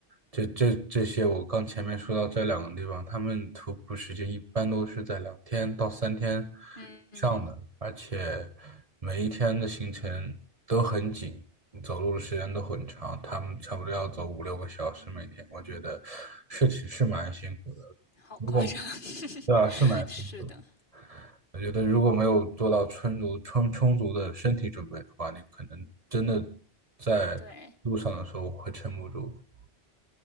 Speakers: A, on the right; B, on the left.
A: 这这这些，我刚前面说到这两个地方，他们徒步时间一般都是在两天到三天以
B: 嗯，
A: 上的，而且每一天的行程都很紧，走路的时间都很长，他们差不多要走五六个小时每天，我觉得是挺是蛮辛苦的。
B: 好夸张，
A: 如果
B: <laughs>
A: 对啊，是蛮辛苦的。
B: 是的，
A: 我觉得如果没有做到充足、充充足的身体准备的话，你可能真的在路上的时候会撑不住的。
B: 对。